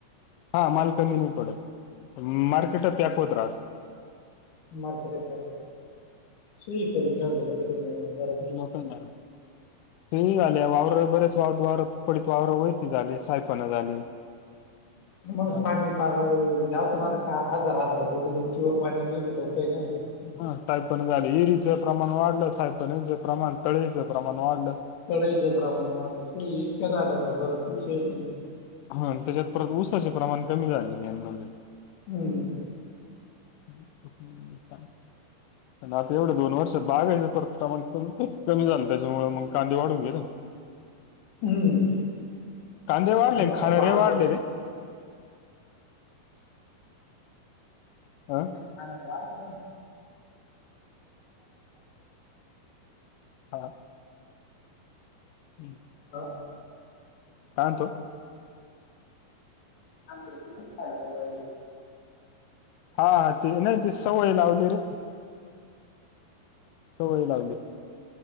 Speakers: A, on the left; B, on the left.
A: हा माल कमी नाही पडत, पण मार्केट प्याक होत राहात.
B: मार्केटच्यात, सुई करून ठेवलेले त्यानं.
A: लोकांना, <unintelligible> वावरं बरेच. त्याव्दारत पडकी आवर वैती झाले साहेपणा झाले.
B: मग
A: हा
B: पाणी पार्र म्हणजे असं म्हणा का हजार हजार घुट उंचीवर पाणी नेत डोक्यानं.
A: हं सायपण झाले इरीचं प्रमाण वाढलं सायपनेच प्रमाण तळेचं प्रमाण वाढलं.
B: तळईच प्रमाण वाढलं त इतक्या नादात बर विश्वास नाही.
A: हा त्याच्यात परत ऊसाचे प्रमाण कमी झाले मेन म्हणजे.
B: हम्म
A: ऊस कुठून नेतात. पण आता एवढं दोन वर्षात बागायच <unintelligible> त्याच्यामुळे मंग कांदे वाढून गेलेत.
B: हम्म
A: कांदे वाढले
B: एवढे
A: आण खाणारेही
B: बागलं
A: वाढले रे. हा
B: <unintelligible> राहिलं
A: हा हं
B: हा
A: आणतो.
B: आंद्र किती <unintelligible>
A: हा, ती नाही ती सवय लावली रे. सवय लावली.